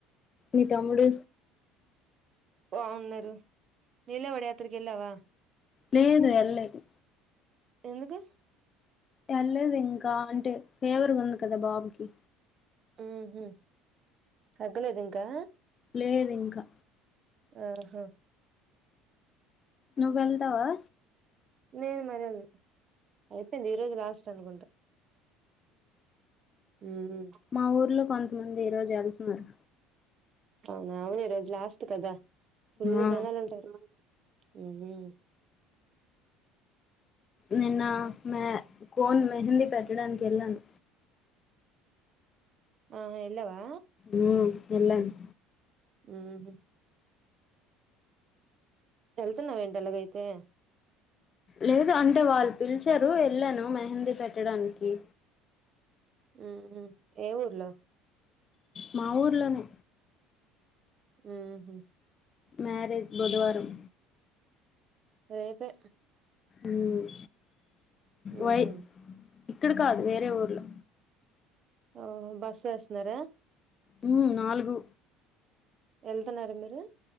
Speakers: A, on the left; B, on the right.
A: మీ తమ్ముడు
B: బావున్నారు నీలవాడ యాత్రకి వెళ్ళావా
A: లేదు ఎల్లెదు
B: ఎందుకు
A: ఏళ్ళేదింకా అంటే ఫేవర్ ఉంది కదా బాబుకి
B: ఉహు తగ్గలేద ఇంకా
A: లేదింకా
B: ఓహో
A: నువ్వెళ్తావా
B: నేను మరెళ్లను అయిపోయింది ఈ రోజు లాస్ట్ అనుకుంటా ఉమ్
A: మా ఊర్లో కొంతమంది ఈ రోజు ఎళ్తున్నారు
B: అవునా అవును ఈ రోజు లాస్ట్ కదా ఫుల్
A: ఆ
B: జనాలు ఉంటారు ఉ ఉమ్
A: నిన్న మె కోన్ మెహందీ పెట్టడానికి ఎళ్ళాను
B: ఆ ఎళ్లావా
A: ఉమ్ ఎళ్లాను
B: ఉ హు ఎళ్తున్నావ ఏంటి అలాగైతే
A: లేదు అంటే వాళ్ళు పిలిచారు వెళ్లాను మెహందీ పెట్టడానికి
B: ఉహు ఏ ఊర్లో
A: మా ఊర్లోనే
B: ఉహు
A: మ్యారేజ్ బుధవారం
B: రేపే
A: ఉమ్
B: ఓహో
A: వై ఇక్కడ కాదు వే ఎ ఊర్లో
B: ఓహో బస్ ఎస్తున్నారా
A: ఉమ్ నాలుగు
B: ఎళ్తున్నార మీరు